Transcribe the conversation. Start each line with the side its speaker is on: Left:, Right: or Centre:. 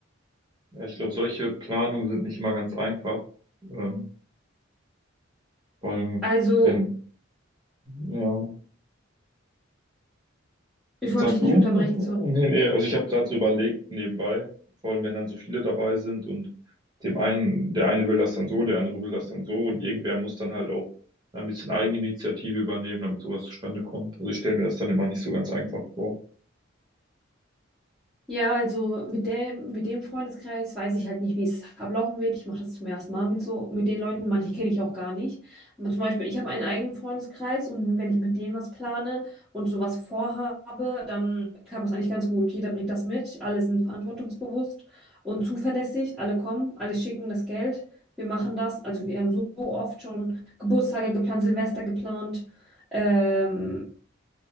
Right: Ja, ich glaube, solche Planungen sind nicht immer ganz einfach. Ähm, vor allem,
Centre: Also,
Right: wenn, ja.
Centre: ich wollte
Right: Sag
Centre: dich
Right: du?
Centre: nicht unterbrechen,
Right: <laughs>
Centre: sorry.
Right: Nee, nee. Also ich habe gerade so überlegt nebenbei, vor allem wenn dann so viele dabei sind und dem einen, der eine will das dann so, der andere will das dann so und irgendwer muss dann halt auch ein bisschen Eigeninitiative übernehmen, damit sowas zustande kommt. Also ich stelle mir das dann immer nicht so ganz einfach vor.
Centre: Ja, also mit dem, mit dem Freundeskreis weiß ich halt nicht, wie es ablaufen wird. Ich mache das zum ersten Mal mit so, mit den Leuten. Manche kenne ich auch gar nicht. Aber zum Beispiel, ich habe einen eigenen Freundeskreis und wenn ich mit denen was plane und sowas vorhabe, dann klappt das eigentlich ganz gut. Jeder bringt das mit, alle sind verantwortungsbewusst und zuverlässig. Alle kommen, alle schicken das Geld. Wir machen das. Also wir haben so oft schon Geburtstage geplant, Silvester geplant. Ähm,